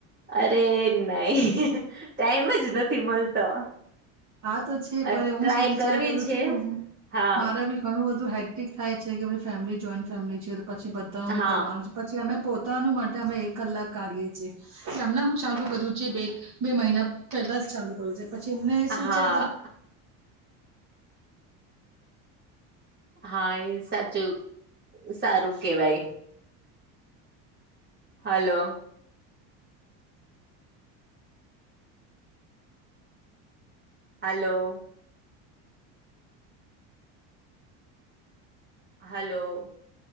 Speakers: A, on the right; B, on the right.
A: અરે નહી ટાઈમ જ નથી મળતો
B: આ તો છે
A: ટ્રાય
B: પણ હું શું વિચાર
A: કરવી
B: કરું
A: છે
B: છું કે
A: હા
B: મારે બી ઘણું બધું હેટ થાય છે કે ભી ફેમિલી જોઈન્ટ ફેમિલી છે પછી બધાનું
A: હા
B: કરવાનું છે પછી અમે પોતાનું માટે તમે અમે એક કલાક કાઢીએ છી એમને હું ચાલુ કર્યું છે બે બે મહિના પહેલા જ ચાલુ જે પછી એમને શું
A: હા
B: છે કે ત
A: હા એ સાચું સારું કેવાય હાલો હલો હલો